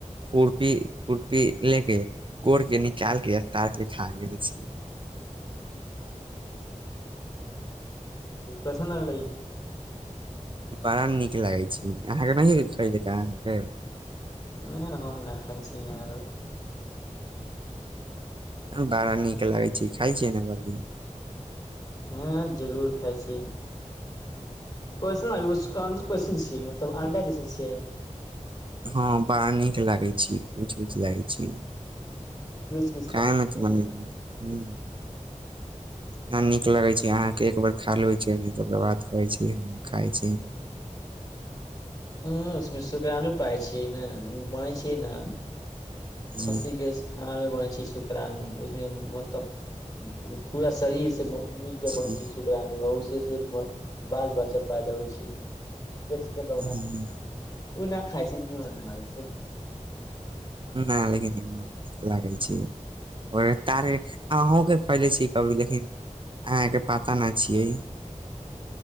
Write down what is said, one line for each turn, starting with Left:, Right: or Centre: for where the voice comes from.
Right: खुरपी-खुरपी ले के कोर के निकाल के। तऽ की खा गेलने छियै?
Left: कइसन लागलै?
Right: बड़ नीक लागै छै, अहाँके नहि? खरीदके अहाँके?
Left: नहि, हम नहि खाइ छी, अहाँ दौड़।
Right: बड़ नीक लगै छै, खाइ छी ने की?
Left: हँ, जरूर खाय छी। कइसन उच अन्दर कइसन छियै मतलब अंडा जैसन छियै
Right: हँ बड़ा नीक लागैत छियै कुछ उछ लागैत छी
Left: कुछ कुछ
Right: काय
Left: लागे
Right: नहि
Left: छै
Right: त <unintelligible>
Left: ने
Right: हु ना नीक लगै छै अहाँ के एक ब। र खा लेै छ ओकर बाद कहै छै खाय छी
Left: हु उसमे सुकड़ानो पाय छियै ने ओ बनै छै ने
Right: जी
Left: खस्सी गौस आर मे बनै छै शुक्रणु उसमे मतलब पूरा शरीर से मिल के
Right: जी
Left: बनै छै शुक्रणु उसे से बाल बच्चा पैदा होबे छै के
Right: <inaudible>
Left: दौरान ओ नहि खाइ छै निमन ना लागै छै
Right: नहि लेकिन नीक लागै छै <inaudible> तारे अहहुँके छियै कभी लेकिन अहाँके पता नहि छियै